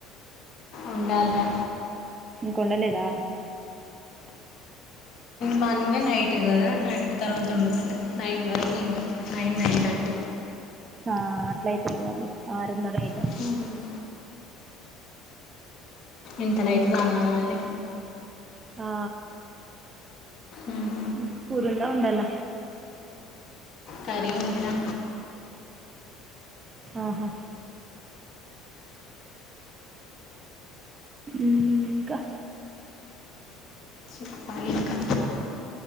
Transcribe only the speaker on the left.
ఉండాలగా
మార్నింగ్ నైట్ కదా నైట్ తర్వాత ఉండుకుంట నైన్ వరకు తింట నైన్ నైన్ థర్టీ
థర్టీ ఇంత రైతుద అన్నాం మళ్ళీ
ఉమ్.
కర్రీ ఉంది రా
చెప్పాలి ఇంకా